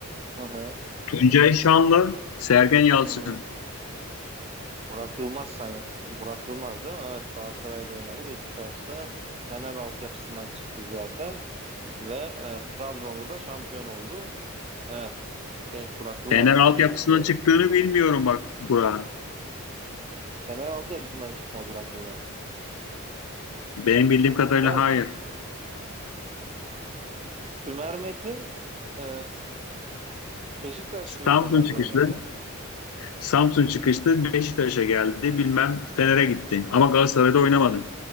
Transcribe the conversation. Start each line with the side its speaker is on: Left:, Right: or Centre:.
Right: Hı hı.
Left: Tuncay Şanlı, Sergen Yalçın.
Right: Hı hı. Burak Yılmaz say Burak Yılmaz değil mi? Evet Galatasaray'da oynadı. Beşiktaş'ta Fener altyapısından çıktı zaten ve e, Trabzon'la da şampiyon oldu. Evet, şey Burak Yılmaz
Left: Fener
Right: bunun
Left: altyapısına
Right: cevabı doğru.
Left: çıktığını bilmiyorum bak Burak'ın.
Right: Fener altyapısından çıkma Burak Yılmaz.
Left: Benim bildiğim kadarıyla
Right: Sümer,
Left: hayır.
Right: Sümer Metin e, Beşiktaş
Left: Samsun
Right: ve Fener'de
Left: çıkışlı.
Right: oynadı.
Left: Samsun çıkışlı Beşiktaş'a geldi. Bilmem Fener'e gitti. Ama Galatasaray'da oynamadı.